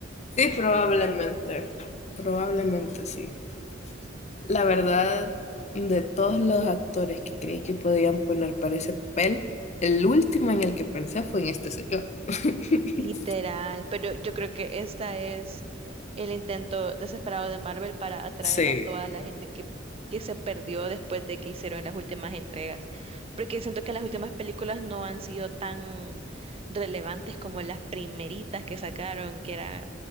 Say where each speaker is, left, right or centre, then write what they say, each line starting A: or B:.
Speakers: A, on the left (about 35°); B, on the right (about 30°).
A: Sí, probablemente. Probablemente sí. La verdad, de todos los actores que creí que podían poner para ese papel, el último en el que pensé fue en este señor. <laughs>
B: Literal, pero yo creo que esta es el intento desesperado de Marvel para atraer
A: Sí,
B: a toda la gente que, que se perdió después de que hicieron las últimas entregas, porque siento que las últimas películas no han sido tan relevantes como las primeritas que sacaron, que era